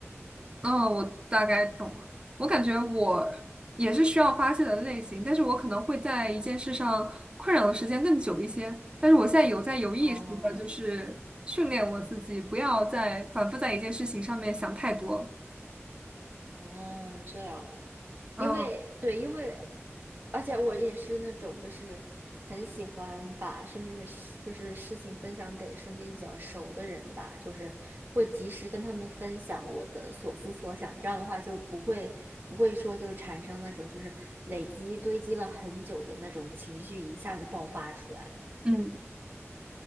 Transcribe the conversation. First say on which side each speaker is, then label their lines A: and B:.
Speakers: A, on the right; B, on the right.
A: 嗯，我大概懂了。我感觉我也是需要发泄的类型，但是我可能会在一件事上困扰的时间更久一些。但是我现在有在有意识的，
B: 哦，
A: 就是训练我自己，不要再反复在一件事情上面想太多了。
B: 哦，这样的，
A: 嗯
B: 因为对，因为而且我也是那种就是很喜欢把身边的事，就是事情分享给身边比较熟的人吧，就是会及时跟他们分享我的所思所想，这样的话就不会不会说就是产生那种就是累积堆积了很久的那种情绪一下子爆发出来。
A: 嗯。